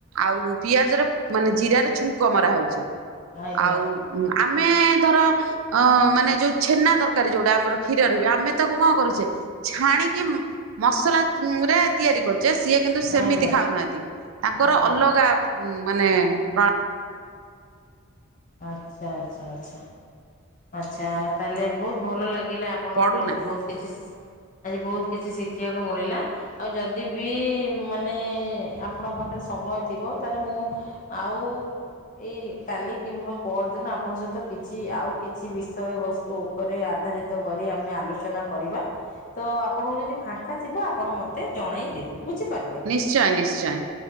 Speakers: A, on the right (about 70°); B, on the left (about 35°).
A: ଆଉ ପିଆଜର ମାନେ ଜିରାର ଛୁଙ୍କ ମରା ହୋଉଛି
B: ଆଜ୍ଞା
A: ଆଉ ହୁଁ ଆମେ ଧର ଅ ମାନେ ଯୋଉ ଛେନା ତରକାରୀ ଯୋଉଟା ଆମର କ୍ଷୀରରେ ହୁଏ ଆମେ ତାକୁ କଣ କରୁଛେ ଛାଣିକି ମହୁ ମସଲା ରେ ତିଆରି କରୁଚେ ସିଏ କିନ୍ତୁ ସେମିତି
B: ଆଜ୍ଞା
A: ଖାଉନାହାନ୍ତି ତାଙ୍କର
B: ଆଜ୍ଞା।
A: ଅଲଗା ହୁଁ ମାନେ ପ୍ରଣ
B: ଆଚ୍ଛା ଆଚ୍ଛା ଆଚ୍ଛା। ଆଚ୍ଛା ତାହେଲେ ବହୁତ ଭଲ ଲାଗିଲା ଆପଣଙ୍କ
A: ପଡୁନା
B: ଆଜି ବହୁତ କିଛି ସି ଆଜି ବହୁତ କିଛି ଶିଖିବାକୁ ମିିଳିଲା। ଆଉ ଯଦି ବି ମାନେ ଆପଣଙ୍କ ପାଖରେ ସମୟ ଥିବ ତାହେଲେ ମୁଁ ଆଉ ଏଇ କାଲି କିମ୍ବା ପହରଦିନ ଆପଣଙ୍କ ସହିତ କିଛି ଆଉ କିଛି ବିଷୟ ବସ୍ତୁ ଉପରେ ଆଧାରିତ କରି ଆମେ ଆଲୋଚନା କରିବା। ତ ଆପଣଙ୍କୁ ଯଦି ଫାଙ୍କା ଥିବ ଆପଣ ମତେ ଜଣେଇଦେବେ ବୁଝିଲେ। ପାରିଲେ
A: ନିଶ୍ଚୟ ନିଶ୍ଚୟ